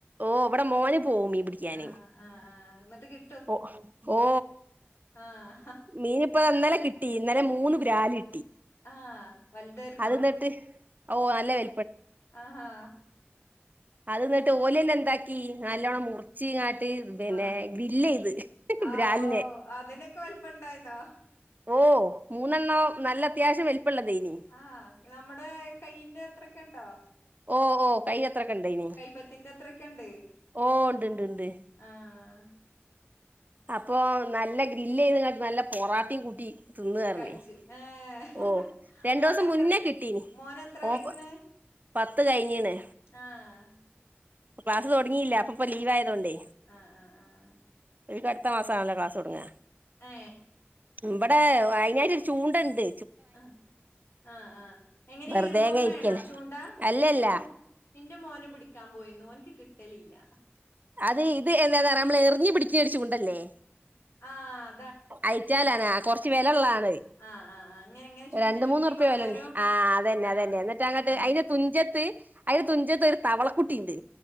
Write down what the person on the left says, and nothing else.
ആഹ് ആഹ് ആഹ് എന്നിട്ട് കി
ആ
ആ വലുതായിരുന്നോ?
ആ ഹ ഹാ
ആഹ്
ആഹ്
ആഹ്
അതിനൊക്കെ വലിപ്പം ഉണ്ടായിരുന്നോ?
ആഹ നമ്മുടെ കയ്യിന്റെ എത്രൊക്കെ ഉണ്ടോ
കൈപ്പത്തിന്റെ അത്രൊക്കെ ഉണ്ട്?
ആഹ്
കഴിച്ചു
ഏഹ്
മോനെത്ര
മോന് എത്ര
ആയിക്കണ്
ആഹ്
ആഹ ആഹ് ആഹ
ഏ
ആ ആ ആഹ എങ്ങനെ
ഈറുമ്പമ്മയാണോ
ചൂണ്ടാ
എറെ മോ എന്റെ മോനും പിടിക്കാൻ പോയിരുന്നുനിക്ക് കി ട്ടലില്ല
ആഹ
ആഹ് ആഹ് ആഹ് ഇങ്ങനെ ഇങ്ങനെ ചുരുട്ടി
ചുരുട്ടി
കൊണ്ടുവരും
ആഹ്
അതെ
ആഹ്